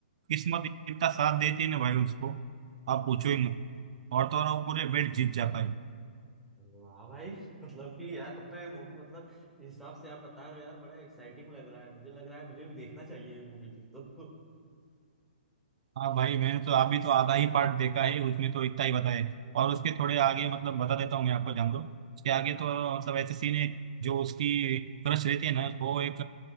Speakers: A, on the right; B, in the centre.
A: किस्मत इतना साथ देती है ना भाई उसको आप पूछो ही मत और तो और वो पूरे बैट जीत जाता है
B: अरे वाह भाई <laughs> मतलब कि यार तब तो ये मूवी मतलब इस हिसाब से आप बता रहे हो यार बड़ा एक्साइटिंग लग रहा है मुझे लग रहा है मुझे भी देखना चाहिए ये मूवी फिर तो
A: हाँ भाई मैंने तो अभी तो आधा ही पार्ट देखा है उसमें तो इतना ही बताया है। और उसके थोड़े आगे मतलब बता देता हूँ मैं आपको जान दो उसके आगे
B: हाँ
A: तो मतलब ऐसे सीन है जो उसकी क्रश रहती है ना तो वो एक